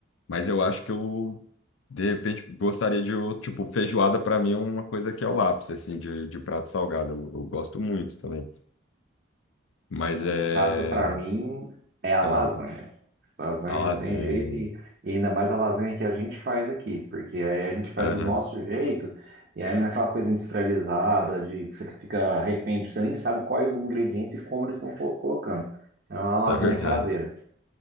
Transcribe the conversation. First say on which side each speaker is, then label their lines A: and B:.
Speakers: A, on the left (about 75°); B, on the right (about 45°).
A: Mas eu acho que eu, de repente, gostaria de, o- tipo, feijoada para mim é uma coisa que é o ápice, assim, de, de prato salgado. Eu, eu gosto muito também. Mas
B: No
A: é...
B: no caso, para mim, é a
A: ah,
B: lasanha. Lasanha
A: a lasanha.
B: não tem jeito e, e ainda mais a lasanha que a gente faz aqui, porque aí a gente faz
A: Aham,
B: do nosso jeito e aí não é aquela coisa industrializada de que você fica refém, de- você nem sabe quais os ingredientes e como eles estão po- colocando. Então, É uma lasanha
A: <laughs> é verdade.
B: caseira,